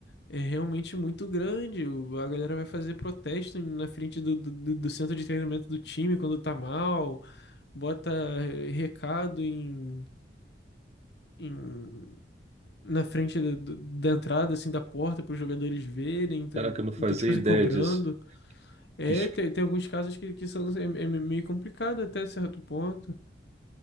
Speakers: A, on the left (about 65°); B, on the right (about 35°).
A: é realmente muito grande, o- a galera vai fazer protesto na frente do, do, do do centro de treinamento do time quando tá mal, bota eh, recado em em- na frente da, da- da entrada, assim, da porta, para os jogadores verem, então,
B: Caraca, eu não fazia
A: então, tipo assim,
B: ideia
A: cobrando.
B: disso.
A: É,
B: Que, es-
A: tem, tem alguns casos que, que são é, é meio complicado até certo ponto,